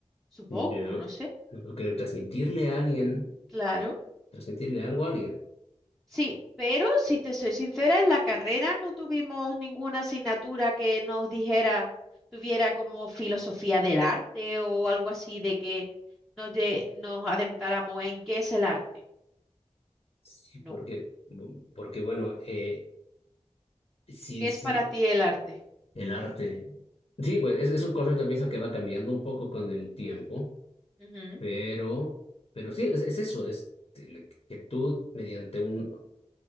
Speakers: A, in the centre; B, on the left.
A: supongo,
B: ya,
A: no sé,
B: porque transmitirle a alguien,
A: claro.
B: transmitirle algo a alguien.
A: Sí, pero si te soy sincera, en la carrera no tuvimos ninguna asignatura que nos dijera, tuviera como filosofía del arte o algo así de que nos, lle- nos adentráramos en qué es el arte.
B: Sí,
A: No,
B: porque, porque bueno, eh, sí,
A: ¿qué es
B: sí,
A: para ti el arte?
B: el arte. Sí, pues es, es un concepto, pienso, que va cambiando un poco con el tiempo,
A: Ujú,
B: pero, pero sí, es, es eso, es el que tú mediante un,